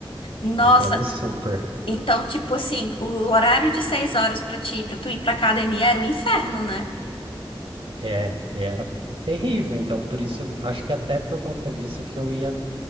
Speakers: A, on the left; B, on the right.
A: Nossa,
B: Entendo super.
A: Então, tipo assim, o horário de seis horas pra ti, pra tu ir pra academia era um inferno, né?
B: É, e era terrível, então por isso, acho que até por conta disso que eu ia,